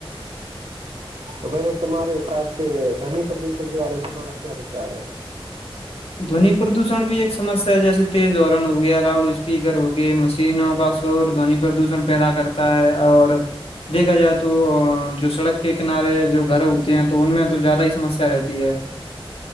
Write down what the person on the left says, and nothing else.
دونی پردوشن بھی ایک سسیا ہے جیسے تیز اورن ہو گیا لاؤڈ اسپیکر ہوگے مشینوں کا تو دونی پردوشن پیدا کرتا ہے اور دیکھا جائے تو جو سڑک کے کنارے جو گھر ہوتے ہیں تو ان میں تو زیادہ ہی سمسیا رہتی ہے